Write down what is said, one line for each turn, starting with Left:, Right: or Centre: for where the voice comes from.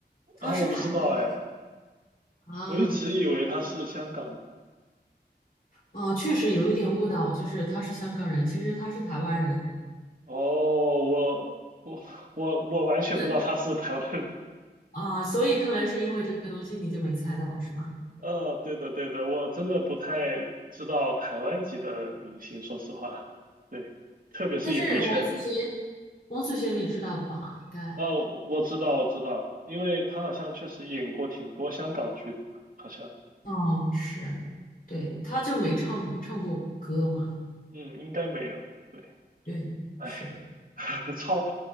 Left: 他是台湾的
Right: 啊，我不知道哎，
Left: 啊。
Right: 我一直以为他是香港的。
Left: 哦，确实有一点误导，就是他是香港人，其实他是台湾人。
Right: 哦，我我我我完全不知道他是台湾人
Left: 对啊，所以可能是因为这个东西你就没猜到是吧？
Right: 呃，对的对的，我真的不太知道台湾籍的明星，说实话，对，特别是演艺圈。
Left: 但是王祖贤，王祖贤你知道吧？应该，
Right: 哦，我知道我知道，因为他好像确实演过挺多香港剧的，好像，
Left: 嗯，是，对，
Right: 嗯
Left: 他就没唱唱过歌嘛，
Right: 嗯，应该没有，对，
Left: 对，
Right: 哎，
Left: 是，
Right: <laughs> 超